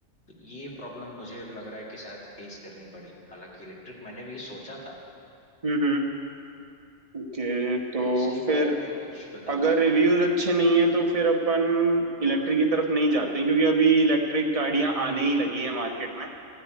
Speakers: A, on the left; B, on the right.
A: तो ये प्रॉब्लम मुझे लग रहा है कि शायद फेस करनी पड़ी हालांकि इलेक्ट्रिक मैंने भी ये सोचा था
B: हम्म हम्म ओके तो
A: तो इसके बारे
B: फिर
A: में कुछ बताइए
B: अगर रिव्यूज अच्छे नहीं है तो फिर अपन इलेक्ट्रिक की तरफ नहीं जाते हैं क्योंकि अभी इलेक्ट्रिक गाड़ियां
A: हम्म
B: आने
A: हम्म
B: ही लगी है मार्केट में